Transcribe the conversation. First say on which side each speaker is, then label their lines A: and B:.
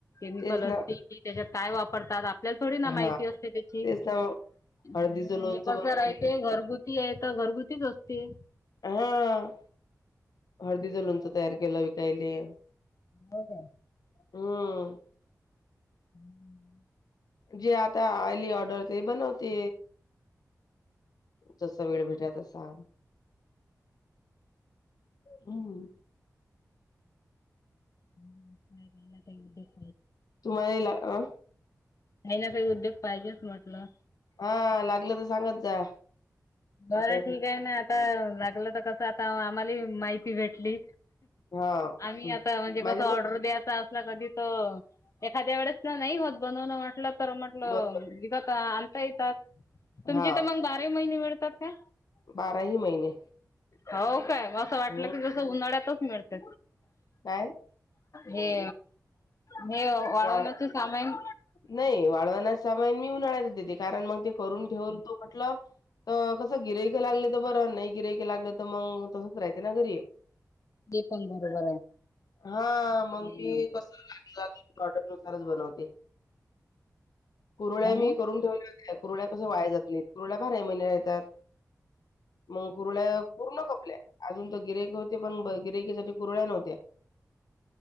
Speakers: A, on the left; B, on the left.
A: मिकल
B: तेच
A: अस
B: ना
A: की त्याच्यात काय वापरतात. आपल्या थोडी ना माहिती
B: हा
A: असते त्याची
B: तेच ना मग
A: हे
B: हळदीचं लोणचं
A: कसं
B: बनवते
A: राह
B: मी.
A: घरगुती, घरगुतीच असते.
B: हा हळदीचं लोणच तयार केलं विकायले.
A: हो का!
B: हम्म!
A: हम्म
B: जे आता आली ऑर्डर त बनवते जसा वेळ भेटा तसा हम्म
A: हम् का कायला त <unintelligible>
B: तुम्हाला ला अ
A: काही ना काही उद्योग पाहिजेच म्हटलं
B: हा लागलं तर सांगत जा
A: बरं
B: ऑर्डर
A: ठीक आहे ना आता लागलं तर कसं आता आम्हाला माहिती भेटली
B: हा हम्म
A: आम्ही आता म्हणजे
B: माझ्या
A: कस ऑर्डर
B: तर
A: द्यायचा असला कधी त एखाद्या वेळेस ना नाही होत बनवण म्हटलं तर म्हटलं
B: बरोबर
A: विवा का आणता येतात तुमची
B: हा
A: तर मग बारा महिने मिळतात का
B: बाराही महिने
A: हो काय असं वाटलं
B: हम्म
A: की जस उन्हाळ्यातच मिळते.
B: काय
A: हे हे वाढवण्याचं
B: वाळ
A: सामान.
B: नाही वाळवण्यात मी उन्हाळायचे कारण मग ते करून ठेवून तो म्हटलं, तर कसं गिरायकं लागले तर बरं नाही गिरायक लागलं तर मग तसंच राहयचं ना घरी ये,
A: ते पण बरोबर
B: हा
A: आहे
B: मग मी कस ला <unintelligible> <unintelligible> कुरुळ्या
A: म्हणून
B: मी करून ठेवल्या होत्या. पुरला कसं वाया जात नाही पुरला भाराही महिने राहतात. मग कुरुळ्या पूर्ण खपल्या. अजून तर गिरयक होते पण गिरयकीसाठी कुरळ्या नव्हत्या.